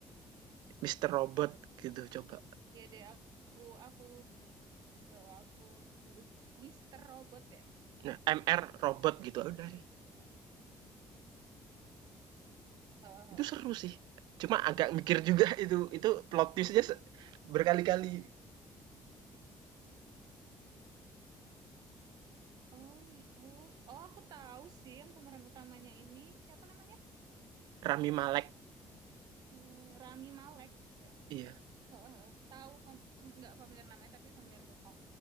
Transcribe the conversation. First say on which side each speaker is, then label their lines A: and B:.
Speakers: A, on the right (about 85°); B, on the right (about 65°).
A: Mister Robot gitu coba.
B: ya deh aku aku eh, aku list Mister Robot ya
A: Nah, MR Robot gitu, Ya
B: Mister
A: udah deh,
B: Robot Heeh, heeh,
A: itu seru
B: heeh.
A: sih. Cuma agak mikir juga <laughs>
B: Robot
A: itu, itu plot twist
B: itu
A: berkali-kali.
B: Oh, i- oh, oh, aku tahu sih yang pemeran utamanya ini siapa namanya?
A: Rami Malek,
B: Eh, Rami Malek. Oke, oke.
A: iya,
B: oke. Heeh, heeh. Tahu fam tem- nggak familiar namanya tapi familiar muka.